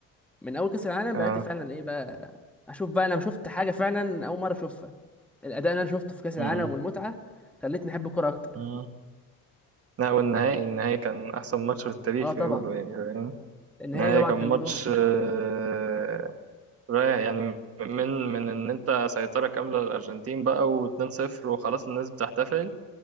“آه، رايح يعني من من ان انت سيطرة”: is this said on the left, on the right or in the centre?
Right